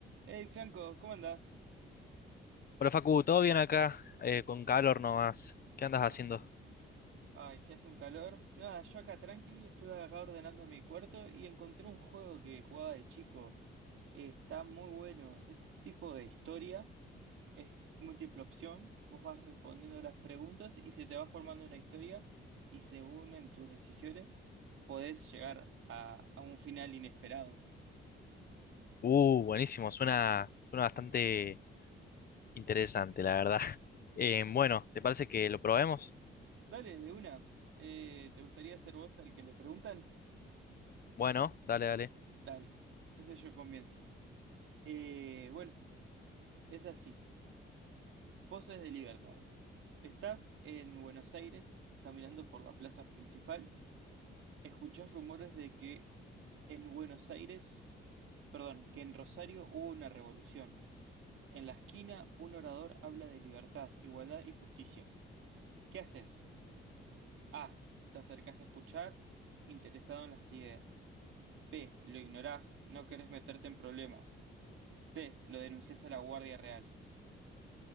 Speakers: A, on the right; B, on the left.
A: Hey Franco, ¿cómo andás?
B: Hola Facu, ¿todo bien acá? Eh, con calor nomás. ¿Qué andas
A: Ah,
B: haciendo?
A: ay, si hace un calor. Nada, yo acá tranqui, estuve acá ordenando mi cuarto y encontré un juego que jugaba de chico. Eh, está muy bueno, es tipo de historia, es múltiple opción, vos vas respondiendo las preguntas y se te va formando una historia y según en tus decisiones podés llegar a, a un final inesperado.
B: Uh, buenísimo, suena, suena bastante interesante, la verdad. <laughs> Eh, bueno, ¿te parece que lo probemos?
A: Dale, de una. Eh, ¿te gustaría ser vos el que le preguntan?
B: Bueno, dale, dale.
A: Dale, entonces yo comienzo. Eh, bueno, es así. Poses de libertad. Estás en Buenos Aires, caminando por la plaza principal. Escuchás rumores de que en Buenos Aires, perdón, que en Rosario hubo una revolución. En la esquina, un orador habla de libertad, igualdad y justicia. ¿Qué haces? A. Te acercás a escuchar, interesado en las ideas. B. Lo ignorás, no querés meterte en problemas. C. Lo denunciás a la Guardia Real.